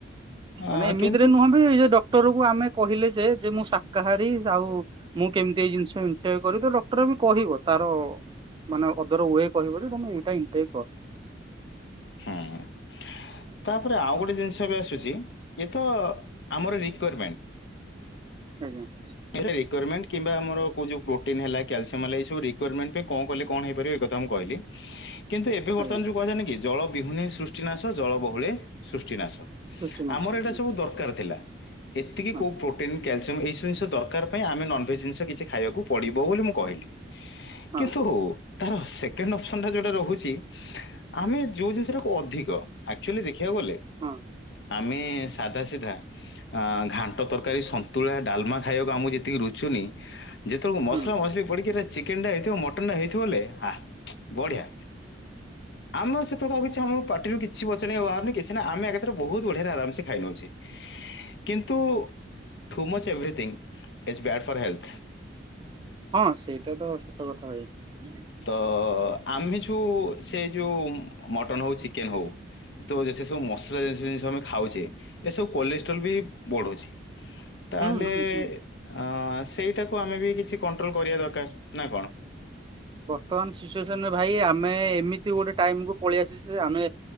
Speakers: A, on the left (about 60°); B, on the right (about 25°).
A: ଅ
B: ମାନେ ଏମିତିରେ
A: କିନ୍ତୁ
B: ନୁହଁଵି ଡକ୍ଟରକୁ ଆମେ। କହିଲେ ଯେ ମୁଁ ଶାକାହାରୀ ଆଉ ମୁଁ କେମିତି ଏଇ ଜିନିଷ କେମିତି ଇଣ୍ଟଟେକ୍ କରିବି ଡକ୍ଟର ବି କହିବ ତାର ମାନେ ଅଦର୍ ୱେ କହିବ ଯେ ତମେ ଏଇଟାଣ୍ <inaudible> କର।
A: ହୁଁ ତା ତାପରେ ଆଉ ଗୋଟେ ଜିନିଷ ବି ଆସୁଛି। ଏ ତ ଆମର ରିକଵାରମେଣ୍ଟ
B: ଆଜ୍ଞା।
A: ଏ ତ ରିକ୍ୱାୟରମେଣ୍ଟ। କିମ୍ବା ଆମର କୋଉ ଯୋଉ ପ୍ରୋଟିନ୍ ହେଲା କ୍ୟାଲ୍ସିୟମ୍ ହେଲା ଏଇ ସବୁ ରି ରିକ୍ୱାୟରମେଣ୍ଟ କଣ କଲେ କଣ ହେଇପାରିବ ଏ କଥା ମୁଁ କହିଲି କିନ୍ତୁ ଏବେ ବର୍ତମାନ
B: ଆଜ୍ଞା
A: ଯୋଉ କୁହା ଯାଏ ନାହିଁ କି। ଜଳ ବିହୁୁନେ ସୃ ସୃଷ୍ଟିନାଶ ଜଳ ବହୁଳେ ସୃଷ୍ଟିନାଶ
B: କ୍ରିଷ୍ଟିଆନ
A: ଆମର
B: ଆସନ୍ତୁ
A: ଏଇଟା ସବୁ ଦରକାର ଥିଲା। ଏତିକି
B: ହଁ।
A: କୋଉ ପ୍ରୋଟିନ୍ କ୍ୟାଲସିୟମ୍ ଏଇ ସ ଦରକାର ପାଇଁ ଆମେ ନ <inaudible> ଏ ଜିନିଷ କିଛି। ଖାଇବାକୁ ପଡିବ ବୋଲି ମୁଁ କହିଲି
B: ହଁ
A: କିନ୍ତୁ। ତାର ସେକେଣ୍ଡ ଅପସନ୍ଟା ଯେଉଁଟା ରହୁଛି। ଆମେ ଯୋଉ ଜିନିଷ ଟାକୁ ଅଧିକ ଆକ୍ଚୁଆଲି ଦେଖିବାକୁ ଗଲେ
B: ହଁ
A: ଆମେ ସାଧା ସିଧା ଘାଣ୍ଟ ତରକାରୀ, ସନ୍ତୁଳା, ଡାଲମା। ଆମକୁ ଯେତିକି ରୁଚୁନି ଯେତେବେଳକୁ ମସଲା
B: ହୁଁ
A: ମସଲି ପଡିି ଚେକେନଟା ହେଇଥିବ ମଟନଟା ହେଇଥିବ ବେଲେ ଆଃ ଚୁଁ ବଢିଆ ଆମ ସେତେବେଳକୁ ଆଉ କିଛି ଆମ ପାଟିରୁ କିଛି ବଚନ ଆଉ ବାହାରୁନି କିଛି ନା ଆମେ ଏକାଥରେ ବହୁତ ବଢିଆରେ ଆରାମସେ ଖାଇ ନଉଚେ କିନ୍ତୁ too much everything. Is bad for health.
B: ହଁ ସେଇଟା ତ ସତ କଥା ଭାଇ। <unintelligible>
A: ତ ଆମେ ଯେଉଁ ସେ ଯେଉଁ ମଟନ୍ ହଉ ଚିକେନ୍ ହଉ। ତ ଯେତେ ସବୁ ମସଲା ଜିଷ ଜିନିଷ ଆମେ ଖାଉଛେ ଏସବୁ କୋଲେଷ୍ଟ୍ରୋଲ ବି ବଢୁଛି ତାହେଲେ।
B: ହୁଁ ହୁଁ ହୁଁ।
A: ଆଁ ସେଇଟାକୁ ଆମେ ବି କିଛି। କଣ୍ଟ୍ରୋଲ କରିବା ଦରକାର ନା କଣ।
B: ବର୍ତ୍ତମାନ ସିଚୁଏସନରେ ଭାଇ ଆମେ ଏମିତି ଗୋଟେ ଟାଇମକୁୁ ପଳେଇ ଆସିଛେ ଆମେ